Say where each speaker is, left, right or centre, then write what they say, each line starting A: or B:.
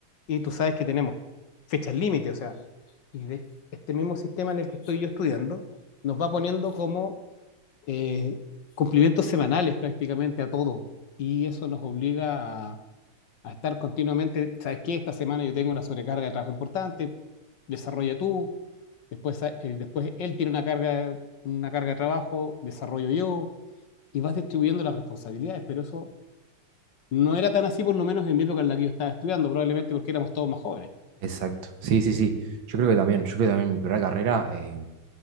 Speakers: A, on the left; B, on the right.
A: y tú sabes que tenemos fechas límite, o sea, y de este mismo sistema en el que estoy yo estudiando, nos va poniendo como eh, cumplimientos semanales prácticamente a todo y eso nos obliga a a estar continuamente, ¿sabes qué? Esta semana yo tengo una sobrecarga de trabajo importante, desarrolla tú, después, eh, después él tiene una carga, una carga de trabajo, desarrollo yo, y vas distribuyendo las responsabilidades, pero eso no era tan así por lo menos en mi época en la que yo estaba estudiando, probablemente porque éramos todos más jóvenes.
B: Exacto, sí, sí, sí. Yo creo que también, yo creo que también en mi primera carrera eh,